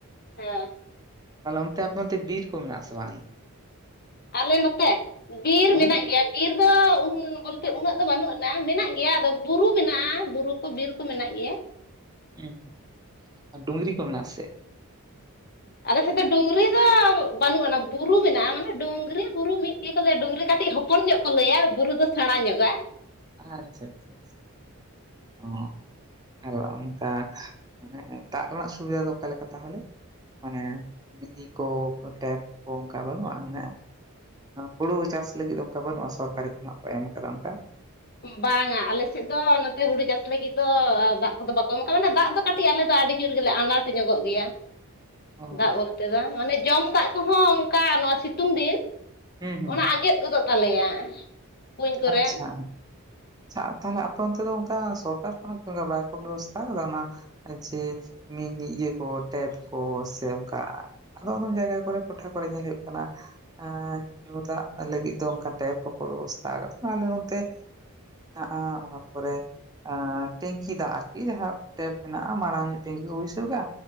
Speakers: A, on the left; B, on the right.
A: ᱦᱮᱸ
B: ᱛᱟᱦᱞᱮ ᱚᱱᱛᱮ ᱟᱯᱮ ᱱᱛᱮ ᱵᱤᱨ ᱠᱚ ᱢᱮᱱᱟᱜ-ᱟ ᱥᱮ ᱵᱟᱝ?
A: ᱟᱞᱮ ᱱᱚᱛᱮ ᱵᱤᱨ
B: ᱦᱮᱸ
A: ᱢᱮᱱᱟᱜ ᱜᱮᱭᱟ ᱵᱤᱨ
B: <inaudible>
A: ᱛᱮ ᱩᱱᱟᱹᱜ ᱫᱚ ᱵᱟᱹᱱᱩᱜ ᱟᱱᱟ ᱢᱮᱱᱟᱜ ᱜᱮᱭᱟ ᱟᱫᱚ ᱵᱩᱨᱩ ᱢᱮᱱᱟᱜᱼᱟ ᱵᱩᱨᱩ ᱠᱚ ᱵᱤᱨ ᱠᱚ ᱢᱮᱱᱟᱜ ᱜᱮᱭᱟ᱾
B: ᱦᱚᱸ ᱟ ᱰᱩᱝᱨᱤ ᱠᱚ ᱢᱮᱱᱟᱜ ᱟᱥᱮ?
A: ᱟᱞᱮ ᱥᱮᱫ ᱫᱚ ᱰᱩᱝᱨᱤ ᱫᱚ ᱵᱟᱹᱱᱩᱜ ᱟ ᱵᱩᱨᱩ ᱢᱮᱱᱟᱜᱼᱟ ᱢᱟᱱᱮ ᱰᱩᱝᱨᱤ ᱵᱩᱨᱩ ᱢᱤᱫ ᱜᱮᱠᱚ ᱞᱮᱭᱟ ᱰᱩᱝᱨᱤ ᱠᱟᱹᱴᱤᱡ ᱦᱚᱯᱼᱼ ᱦᱚᱯᱚᱱ ᱧᱚᱜ ᱠᱚ ᱞᱟᱹᱭᱟ ᱵᱩᱨᱩ ᱫᱚ ᱥᱮᱬᱟ ᱧᱚᱜᱼᱟ᱾
B: ᱟᱪᱪᱷᱟ ᱪᱷᱟ ᱪᱷᱟ ᱚ ᱟᱨ ᱚᱱᱠᱟ ᱢᱟᱱᱮ ᱫᱟᱜ ᱨᱮᱱᱟᱜ ᱥᱩᱵᱤᱫᱷᱟ ᱫᱚ ᱚᱠᱟᱞᱮᱠᱟ ᱛᱟᱦᱚᱞᱮ, ᱢᱟᱱᱮ ᱢᱤᱞᱤ ᱠᱚ ᱴᱮᱯ ᱠᱚ ᱚᱱᱠᱟ ᱵᱟᱹᱱᱩᱜᱼᱟ ᱟᱱᱮ ᱦᱩᱲᱩ ᱪᱟᱥ ᱞᱟᱹᱜᱤᱫ ᱚᱱᱠᱟ ᱵᱟᱹᱱᱩᱜᱼᱟ ᱥᱚᱨᱠᱟᱨᱤ ᱠᱷᱚᱱᱟᱜ ᱠᱚ ᱮᱢ ᱠᱟᱫᱟ ᱚᱱᱠᱟ,
A: ᱵᱟᱝᱟ ᱟᱞᱮ ᱥᱮᱫ ᱫᱚ ᱱᱚᱛᱮ ᱦᱩᱲᱩ ᱪᱟᱥ ᱞᱟᱹᱜᱤᱫ ᱫᱚ ᱫᱟᱜ ᱠᱚᱫᱚ ᱵᱟᱠᱚ ᱮᱢ ᱠᱟᱜᱼᱟ ᱢᱟᱱᱮ ᱫᱟᱜ ᱫᱚ ᱠᱟᱹᱴᱤᱡ ᱟᱞᱮ ᱫᱚ ᱟᱹᱰᱤ ᱡᱳᱨ ᱜᱮᱞᱮ ᱟᱱᱟᱴ ᱧᱚᱜᱚᱜ ᱜᱮᱭᱟ,
B: ᱚ
A: ᱫᱟᱜ ᱵᱚᱞᱛᱮ ᱫᱚ ᱢᱟᱱᱮ ᱡᱚᱢ ᱫᱟᱜ ᱠᱚᱦᱚᱸ ᱚᱱᱠᱟ ᱱᱚᱣᱟ ᱥᱤᱛᱩᱝ ᱫᱤᱱ
B: ᱦᱩᱸ ᱦᱩᱸ
A: ᱚᱱᱟ ᱟᱸᱡᱮᱫ ᱜᱚᱫᱚᱜ ᱛᱟᱞᱮᱭᱟ᱾ ᱠᱩᱧ ᱠᱚᱨᱮ
B: ᱟᱪᱪᱷᱟ ᱟ ᱛᱟᱦᱚᱞᱮ ᱟᱯᱮ ᱚᱱᱛᱮ ᱫᱚ ᱚᱱᱠᱟ ᱥᱚᱨᱠᱟᱨ ᱠᱷᱚᱱᱟᱜ ᱚᱱ ᱵᱟᱭᱠᱚ ᱵᱮᱵᱚᱥᱛᱷᱟ ᱟᱠᱟᱫᱟ ᱚᱱᱟ ᱡᱮ ᱤᱭᱟᱹ ᱠᱚ ᱴᱮᱯ ᱠᱚ ᱥᱮ ᱚᱱᱠᱟ ᱟᱫ ᱟᱫᱚᱢ ᱡᱟᱭᱜᱟ ᱠᱚᱨᱮ ᱴᱚᱴᱷᱟ ᱠᱚᱨᱮ ᱧᱮᱞ ᱦᱩᱭᱩᱜ ᱠᱟᱱᱟ ᱮᱻ ᱧᱩ ᱫᱟᱜ ᱞᱟᱹᱜᱤᱫ ᱫᱚ ᱚᱱ ᱴᱮᱯ ᱦᱚᱸᱠᱚ ᱵᱮᱵᱚᱥᱛᱷᱟ ᱠᱟᱫᱟ ᱟᱞᱮ ᱱᱚᱱᱛᱮ ᱢᱮᱱᱟᱜᱼᱟ ᱚᱱᱟ ᱯᱚᱨᱮ ᱴᱮᱝᱠᱤ ᱫᱟᱜ ᱟᱨᱠᱤ ᱡᱟᱦᱟᱸ ᱴᱮᱯ ᱢᱮᱱᱟᱜᱼᱟ ᱢᱟᱨᱟᱝ ᱧᱚᱜ ᱴᱮᱝᱠᱤ ᱠᱚ ᱵᱟᱹᱭᱥᱟᱹᱣ ᱫᱟ